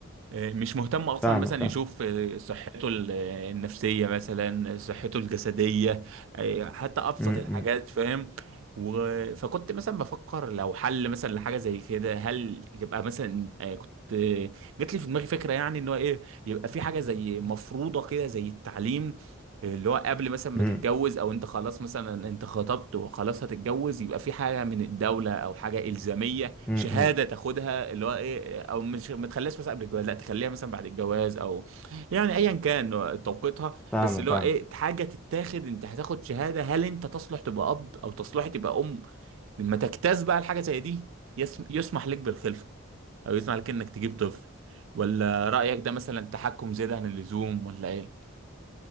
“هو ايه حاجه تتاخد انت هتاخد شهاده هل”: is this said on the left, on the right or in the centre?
Right